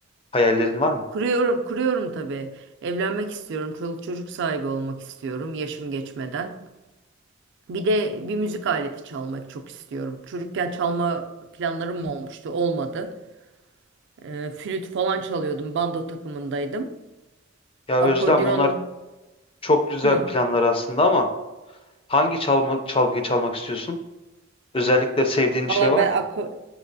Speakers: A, on the left (about 25°); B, on the right (about 60°).
A: Hayallerin var mı?
B: Kuruyorum, kuruyorum tabii. Evlenmek istiyorum, çoluk çocuk sahibi olmak istiyorum yaşım geçmeden. Bir de bir müzik aleti çalmak çok istiyorum. Çocukken çalma planlarım olmuştu, olmadı. Ee, flüt falan çalıyordum, bando takımındaydım.
A: Ya Özlem
B: Akordeon,
A: bunlar çok güzel
B: hmm.
A: planlar aslında ama hangi çalma, çalgıyı çalmak istiyorsun? Özellikle sevdiğin
B: Valla
A: bir şey var
B: ben
A: mı?
B: ako-